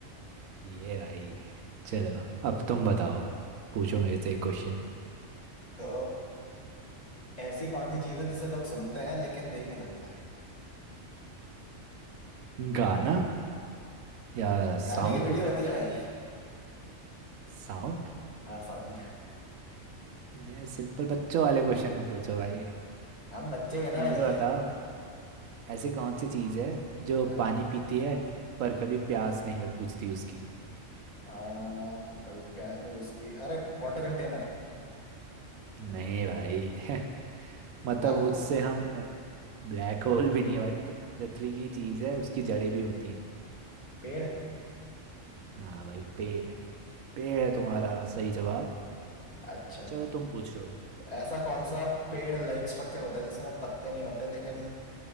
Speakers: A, on the right (about 80°); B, on the left (about 35°).
A: ये भाई चलो अब तुम बताओ पूछो मेरे से एक क्वेश्चन
B: तो ऐसी कौन सी चीज है जिसे लोग सुनते हैं लेकिन देख नहीं सकते
A: गाना या साउंड
B: गाने की वीडियो होती है भाई
A: साउंड
B: हाँ साउंड
A: ये सिंपल बच्चों वाले क्वेश्चन में पूछो भाई
B: हम बच्चे हैं ना
A: तुम्हें
B: भाई
A: बताओ ऐसी कौन सी चीज़ है जो
B: हाँ
A: पानी पीती है पर कभी प्यास नहीं लग- बुझती उसकी
B: आ, कभी प्यास नहीं बुझती अरे वाटर कंटेनर
A: नहीं भाई <laughs> मतलब
B: Black
A: उससे
B: hole
A: हम ब्लैक होल भी नहीं है भाई मतलब पृथ्वी की चीज़ है उसकी जड़ें भी होती हैं
B: पेड़
A: हाँ भाई पेड़ पेड़ है तुम्हारा सही जवाब
B: अच्छा
A: चलो तुम पूछो
B: तो ऐसा कौन सा पेड़ लाइक स्ट्रक्चर होता है जिसमें पत्ते नहीं होते लेकिन